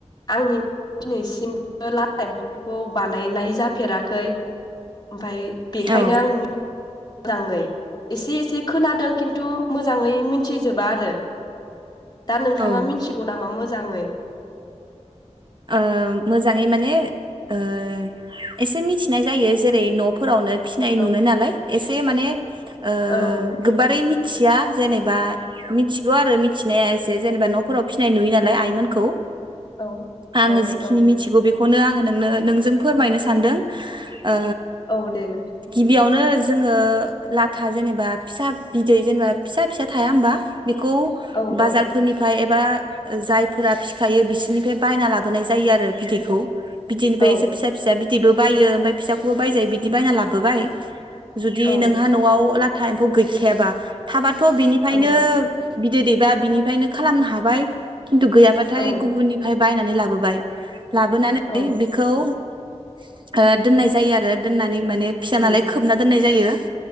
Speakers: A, on the left; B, on the right.
A: आंनि दिनैसिमबो लाथा एम्फौखौ बानायनाय जा फेराखै ओमफाय बेखायनो
B: औ
A: आं मोजाङै एसे एसे खोनादों खिन्थु मोजाङै मिथिजोबा आरो। दा नोंथाङा
B: औ
A: मिथिगौ नामा मोजाङै।
B: ओ मोजाङै माने ओ एसे मिथिनाय जायो जेरै न'फोरावनो फिनाय
A: औ
B: नुनाय नालाय एसे माने। ओ
A: औ
B: गोबारै मि मिथिया जेनेबा मिथिगौ आरो मिथिनाया एसे जेनेबा न'फोराव फिसिनाय नुयो नालाय आइमोनखौ।
A: औ।
B: आङो
A: औ
B: जिखिनि
A: औ
B: मिथिगौ बे बेखौनो आङो नोंनो नोंजों फोरमायनो सानदों। आ
A: औ दे नोंथां
B: गिबि आव। नो जोङो लाथा जेनेबा फिसा बिदै जेनेबा फिसा फिसा थाया होमबा। बेखौ
A: औ
B: बाजारफोरनिफ्राय
A: औ
B: एबा बा जायफोरा फिखायो बिसोरनिफ्राय बायना लाबोनाय जायो आरो बिदैखौ बिदिनिफ्राय
A: औ
B: एसे फिसा फिसा बि बिदिबो बायो ओमफाय फिसाखौबो बायजायो बिदि बायना लाबोबाय जुदि
A: औ
B: नोंहा न'आव ला टाइमखौ गैखायाबा थाबा थ' बिनिफायनो
A: औ
B: बिदै दैबा बिनिफ्रायनो खालामनो हाबाय। खिन्थु गैयाबाथाय
A: औ
B: गुबुननि बायनानै लाबोबाय लाबोनानै
A: औ
B: बेखौ ओ दोननाय जायो आरो दोननानै। माने फिसा
A: उम
B: नालाय खोबना दोननाय। जायो